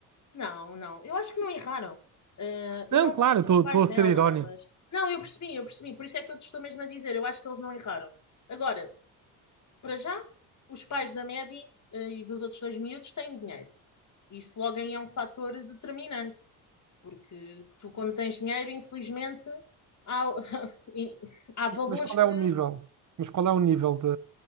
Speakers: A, on the left (about 40°); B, on the right (about 45°).
A: Não, não, eu acho que não erraram. Ah, eu
B: Não,
A: não
B: claro,
A: conheço
B: estou
A: os pais
B: a
A: dela,
B: ser irónico.
A: mas. Não, eu percebi, eu percebi, por isso é que eu te estou mesmo a dizer, eu acho que eles não erraram. Agora, para já, os pais da Maddie, ah, e dos outros dois miúdos têm dinheiro. Isso logo aí é um fator determinante, porque tu, quando tens dinheiro, infelizmente, há, <laughs> há valores
B: Mas qual
A: que.
B: é o nível? Mas qual é o nível de,